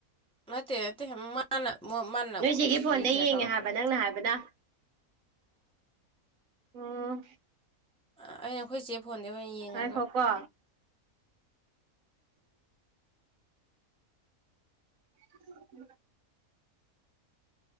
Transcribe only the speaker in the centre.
ꯅꯠꯇꯦ ꯅꯠꯇꯦ ꯃꯅꯥ ꯃꯅꯥ
ꯔꯤꯁꯤꯌꯔ
ꯇꯧꯔꯛꯄ
ꯑꫭ
ꯑꯩꯅ ꯑꯩꯈꯣꯏ ꯆꯦ ꯐꯣꯟꯗꯥꯏ ꯑꯣꯏꯅ ꯌꯦꯡꯉꯒ